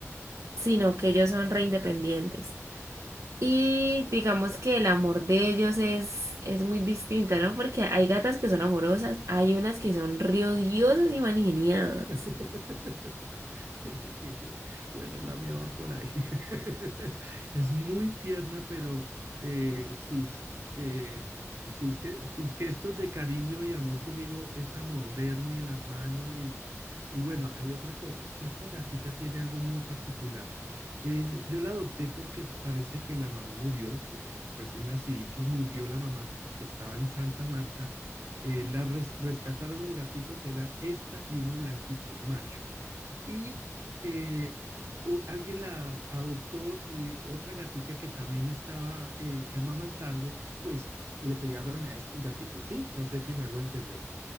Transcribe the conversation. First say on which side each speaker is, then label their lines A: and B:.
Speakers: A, on the right; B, on the right.
A: sino que ellos son re independientes. Y digamos que el amor de ellos es, es muy distinto, ¿no? Porque hay gatas que son amorosas, hay unas que son riodiosas y mangeniadas.
B: <laughs> <laughs> Bueno, la mía va por ahí. <laughs> Es muy tierna, pero eh, sus, eh, sus, ¿qué? sus gestos de cariño y amor conmigo es a morderme la mano y, y bueno, hay otra cosa, que esta gatica tiene algo muy particular. Eh, yo la adopté porque parece que la mamá murió, eh, recién naciditos murió la mamá, estaba en Santa Marta. eh, la res- rescataron los gaticos, era esta y uno blanquito, un macho y eh, u- alguien las adoptó y otra gatica que también estaba eh, amamantando, pues le pegaron a estos gaticos, ¿sí? No sé si me hago entender.